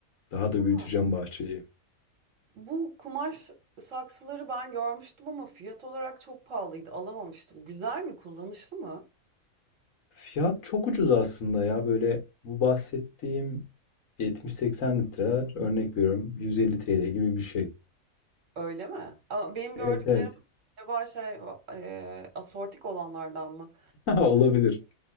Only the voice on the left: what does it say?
Daha da
büyüteceğim bahçeyi.
Fiyat çok ucuz aslında ya böyle bu bahsettiğim 70-80 litreler örnek veriyorum 150 TL gibi bir şey.
Evet evet.
<laughs> Olabilir.